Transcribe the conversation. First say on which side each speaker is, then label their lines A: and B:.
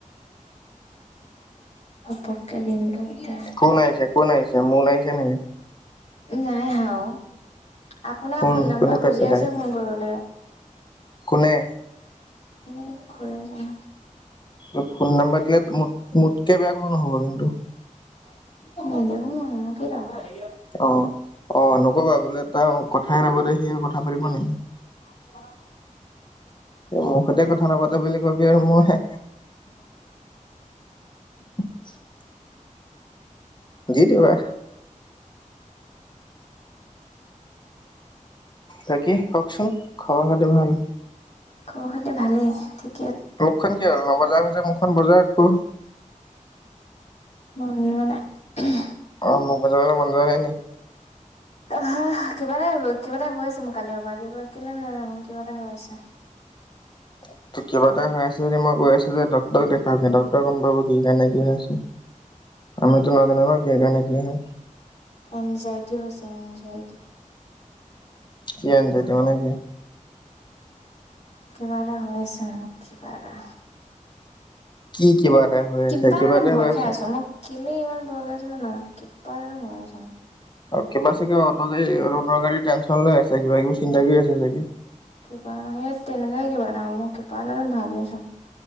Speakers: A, on the left; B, on the left.
A: ঘপকে দিনটো। কেতিয়া আহে
B: কোন আহিছে, কোন আহিছে, মোন আহিছে নিকি?
A: নাই আহা অ, আপোনাৰ
B: কোন
A: ফোন নম্বৰ
B: কোনে পেট
A: খুজি
B: পেলাই
A: আছে। <unintelligible>
B: কোনে?
A: এ, ঘৰ এজনে।
B: তই ফোন নম্বাৰ দিলে, মো-মোতকে বেয়া কোনো নহ'ব কিন্তু।
A: নিদো <unintelligible>
B: অ', অ', নকবা বোলে তাৰ কথাই নাপাতে সি আৰু কথা পাতিব নেকি।
A: <inaudible>
B: এ, মোৰ সৈতে কথা নাপাতে বুলি কবি আৰু মই <inaudible> দি, দিবা। তাকে কওকচোন খবৰ খাতি ভাল।
A: খবৰ, খাতি ভালেই ঠিক
B: মুখখন কি হ'ল নবজা হ'ল যে মুখখন বজোৱা একো
A: মন জোৱা নাই।
B: অ, মুখ বজাবলৈ মন যোৱা নাই নি? <inaudible>
A: আহ কিবা এটা, কিবা এটা হৈ আছে, মো কালিয় পৰা কিবা কেলে নাজানো কিবা এটা হৈ আছে।
B: <inaudible> কিবা এটা হৈ আছে, যদি মই কৈ আছো যে, ডক্টৰক দেখাবি ডক্টৰে গম পাব কি কাৰণে কি হৈ আছে। আমিতো নাজানো ন কিহৰ কাৰনে কি হয়?
A: এনজাইটি হৈছে, এনজাইটি।
B: কি এ এনজাইটি মানে কি?
A: কিবা এটা হৈ আছে ন কিবা এটা
B: কি কিবা? এটা হৈ
A: কিবা
B: আছে
A: এটা ভয়
B: হৈ
A: খাই
B: আছে।
A: আছো মই কেলে ইমান ভয় খাইছো মই নাজানো কিবা এটা ভয় আছো মই।
B: অ' কিবা চাগে <unintelligible> অদৰকাৰী টেনচন লৈ আছে কিবা কিবি চিন্তা কৰি আছে চাগে
A: কিবা সেই তেনেকুৱাই কিবা হ'ব মোই কিবা এটা ভাবি আছো।